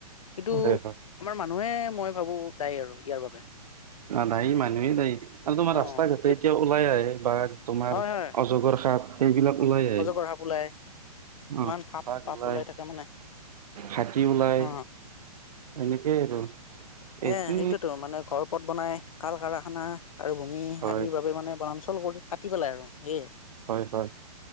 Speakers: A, on the left; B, on the right.
A: কিন্তু
B: হয় হয়
A: আমাৰ মানুহে মই ভাবো দায় আৰু ইয়াৰ বাবে।
B: দায় মানুহে দায় কাৰণ তোমাৰ
A: অ
B: ৰাস্তা
A: সেইটোয়েতো
B: ঘাটে এতিয়া ওলাই আহে বাঘ তোমাৰ
A: হয় হয়
B: অজগৰ সাপ সেইবিলাক ওলাই আহে।
A: অজগৰ সাপ ওলাই ইমান
B: অ'
A: সাপ
B: বাঘ
A: পাপ
B: ওলাই,
A: থাকে মানে
B: হাতী ওলাই।
A: অ
B: এনেকে আৰু
A: এই
B: এইটো
A: সেইটোৱেটো মানুহে ঘৰ পথ বনাই কল কাৰখানা আদিৰ
B: হয়
A: বাবে মানে বনাঞ্চল কৰি কাটি পেলাই আৰু সেই
B: হয়- হয়